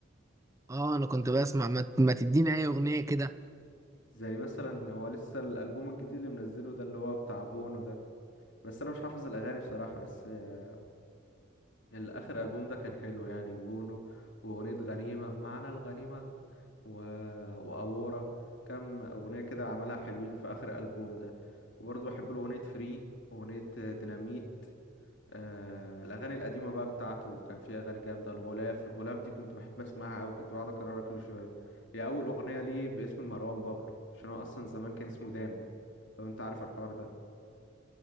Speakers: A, on the right (about 15°); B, on the left (about 65°).
A: اه انا كنت بسمع ما, ما تديني اي اغنية كده
B: زي مثلا هو لسه الالبوم الجديد اللي منزله ده اللي هو بتاع بونو ده بس انا مش حافظ الاغاني بصراحه بس آه، الاخر البوم ده كان حلو يعني بونو واغنيه غنيمه معنى الغنيمه و... واورا كم اغنيه كده عملها حلوين في اخر الالبوم ده وبرضه بحب له اغنيه فري واغنيه آه، ديناميت آه الأغاني القديمة بقى بتاعته كان في أغاني جامدة الغلاف الغلاف دي كنت بحب أسمعها أوي كنت بقعد أكررها كل شوية هي أول أغنية ليه باسم مروان بابلو عشان هو أصلا زمان كان اسمه داما لو أنت عارف الحوار ده